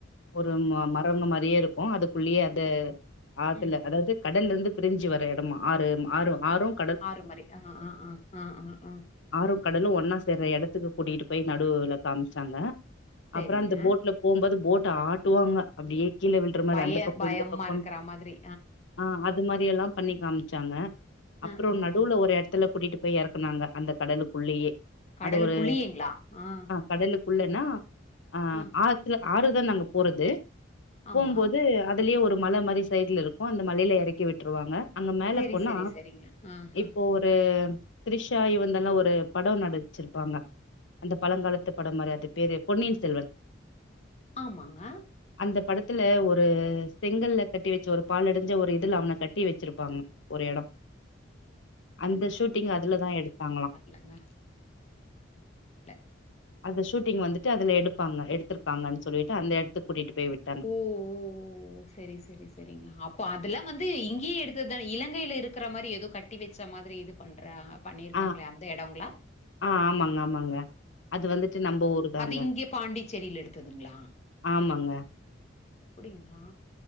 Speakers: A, on the left; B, on the left.
A: ஒரு
B: ம்
A: ம ம வங்க மாரியே இருக்கு அதுக்குள்ளியே அத ஆத்துல
B: ம்
A: அதாவது கடல்ல இருந்து பிரிஞ்சு வர எடமா ஆறு ஆறு ஆறும்
B: ஆறு மாரி ஆ ஆ ஆ ஆ ஆ ஆ
A: ஆறு கடலு ஒன்னா சேற்ற எடத்துக்கு கூட்டிட்டு போய் நடுல காமிச்சாங்க
B: சேரிங்க
A: அப்புற அந்த போட்ல போம்போது போட்ட ஆட்டுவாங்க அப்படியே கீழ வில்ற மாரி
B: பய
A: அந்த பக்க
B: பயமா
A: இந்த பக்கம்
B: இருக்கற மாதிரி
A: ஆ அது மாதிரி எல்லாம் பண்ணிக்கலாம் வைச்சாங்க அப்பற
B: ஆ ஆ
A: நடுவுல
B: ஆ
A: ஒரு இடத்துல கூட்டிகிட்டு போய் இறக்குனாங்க அந்த கடலுக்குள்ளயே
B: கடலுக்குள்ளியேங்களா
A: அது ஒரு
B: ஆ
A: கடலுக்குள்ளன்னா அ
B: ஆ
A: ஆத்துல ஆறுதா நாங்க போறது
B: ஆமா
A: போம்போது அதுலயே ஒரு மலை மாதிரி சைடுல இருக்கும் அந்த மலையில இறக்கி விட்டுருவாங்க அங்க மேல
B: சேரி
A: போனா
B: சேரி சேரிங்க ஆ ஆ
A: இப்போ ஒரு தரிஷா இவந்தெல்லா ஒரு பட நடிச்சிருப்பாங்க அந்த பழங்காலத்து படமாதிரி அது பேரு பொன்னியின் செல்வன்
B: ஆமாங்க
A: அந்த படத்துல ஒரு செங்கல்ல கட்டி வச்சு ஒரு பால்டஞ்ச ஒரு இதுல அவனை கட்டி வச்சிருப்பாங்க ஒரு இட அந்த ஷூட்டிங் அதுலதா எடுத்தாங்களா
B: லங்க சரிய ஞாபகத்துக்கு வர்ல
A: அந்த ஷூட்டிங் வந்துட்டு அதுல எடுப்பாங்க எடுத்திருக்காங்கன்னு சொல்லிட்டு அந்த எடுத்து கூட்டிட்டு போய்விட்டு
B: ஓ ஓ சேரி சேரி சரிங்க அப்போ அதெல்லா வந்து இங்கேயே எடுடுத்ததா இலங்கில இருக்கிற மாதிரி ஏதோ கட்டி வச்ச மாதிரி இது பண்ற பண்ணியிருக்காங்களே
A: ஆ
B: அந்த இடங்கள்ள
A: ஆ ஆமாங்க ஆமாங்க அது வந்துட்டு நம்ம ஊரு தாங்க
B: அது இங்க பாண்டிச்சேரியில எடுத்ததுங்களா
A: ஆமாங்க
B: அப்டிங்களா